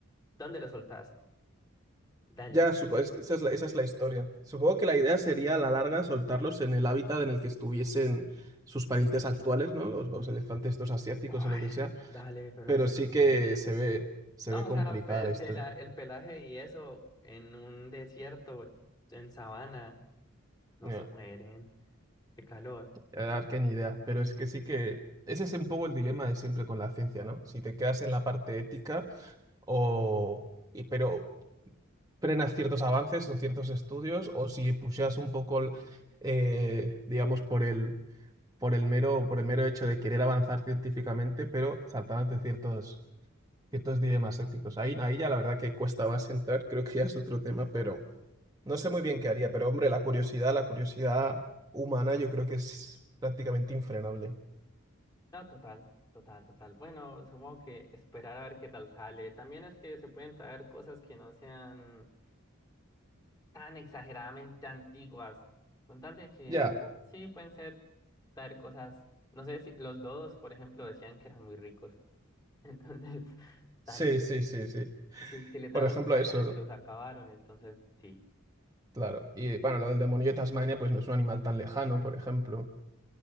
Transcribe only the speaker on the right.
Ya, supongo, es que esa es la, esa es la historia. Supongo que la idea sería a la larga soltarlos en el hábitat en el que estuviesen sus parientes actuales, ¿no? Los, los elefantes estos asiáticos
o lo que sea.
Pero
sí
que se ve, se
ve complicada
la historia.
Ya,
La verdad que ni idea. Pero es que sí que... Ese es un poco el dilema de siempre con la ciencia, ¿no? Si te quedas en la parte ética o... y- pero frenas ciertos avances o ciertos estudios o si pusheas un poco, el- eh, digamos, por el por el mero, por el mero hecho de querer avanzar científicamente, pero saltándote ciertos, ciertos dilemas éticos. Ahí, ahí ya la verdad que cuesta más entrar, creo que ya es otro tema, pero no sé muy
bien qué haría, pero hombre, la curiosidad, la curiosidad humana yo creo que es prácticamente infrenable.
Ya,
sí, sí, sí, sí.
Por ejemplo,
eso,
claro. Y bueno, lo del demonio de Tasmania, pues no es un animal tan lejano, por ejemplo.